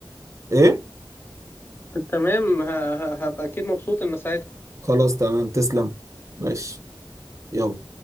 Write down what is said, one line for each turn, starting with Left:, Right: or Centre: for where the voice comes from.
Right: ايه
Left: تمام ه- ه- هبقى اكيد مبسوط ان ساعتها
Right: خلاص تمام تسلم ماشي يلا